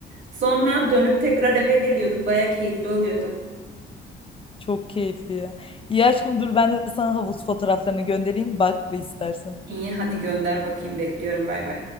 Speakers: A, on the right; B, on the left.
A: Sonra dönüp tekrar eve geliyorduk. Baya keyifli oluyordu.
B: Çok keyifli ya. İyi aşkım dur ben de sana havuz fotoğraflarını göndereyim. Bak ve istersen.
A: İyi hadi gönder bakayım bekliyorum bay bay.